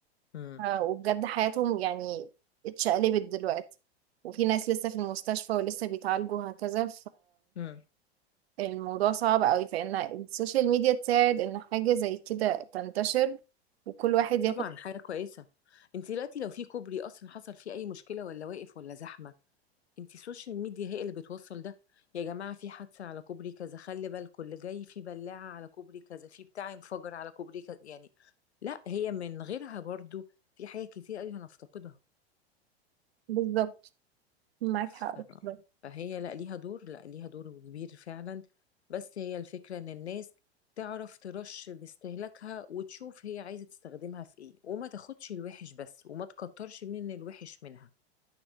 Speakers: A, on the left (about 85°); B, on the right (about 70°).
A: مم.
B: آه، وبجد حياتهم يعني اتشقلبت دلوقتي وفي ناس لسه في المستشفى ولسه بيتعالجوا هكذا
A: مم.
B: فالموضوع صعب قوي فإن السوشيال ميديا تساعد إن حاجة زي كده تنتشر وكل واحد ياخد
A: طبعا حاجة كويسة انت دلوقتي لو في كوبري أصلا حصل فيه أي مشكلة ولا واقف ولا زحمة انتي السوشيال ميديا هي اللي بتوصل ده يا جماعة في حادثة على كوبري كذا خلي بالكم اللي جاي في بلاعة على كوبري كذا في بتاع انفجر على كوبري كذا يعني لا هي من غيرها برضو في حاجات كتير قوي هنفتقدها
B: بالظبط معاك
A: ف...
B: حق بصراحة.
A: فهي لا ليها دور لا ليها دور كبير فعلا بس هي الفكرة ان الناس تعرف ترش لاستهلاكها وتشوف هي عايزة تستخدمها في ايه وما تاخدش الوحش بس وما تكترش من الوحش منها